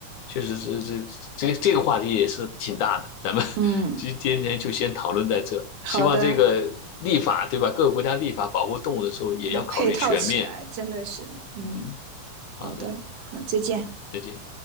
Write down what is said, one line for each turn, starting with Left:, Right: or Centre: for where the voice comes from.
Left: 确实是这这这个话题也是挺大的，咱们 <laughs>
Right: 嗯，
Left: 今天天就先讨论在这。
Right: 好的，
Left: 希望这个立法，对吧？各个国家立法保护动物的时候，也要考虑全面。
Right: 能配套起来，真的是，嗯，
Left: 嗯，好的，
Right: 好的，好，再见。
Left: 再见。